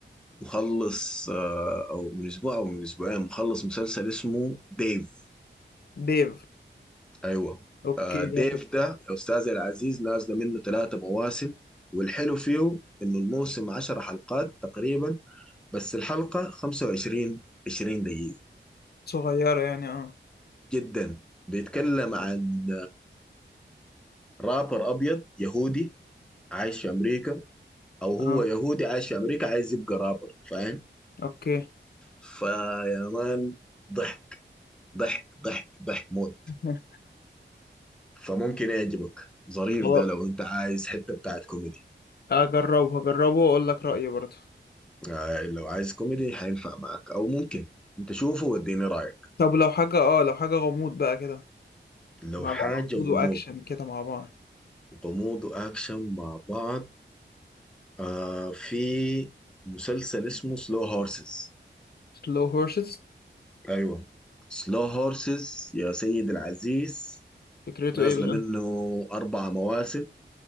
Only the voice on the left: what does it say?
ديف
اوكي
ده فكرة
صغيره يعني اه
اه
اوكي
<laughs>
خلاص
اجربه هجربه واقول لك رايي برضه
طب لو حاجة اه لو حاجة غموض بقى كده
مع
بعض غموض
وأكشن كده مع بعض
سلو هورسز
فكرته
ايه بقى؟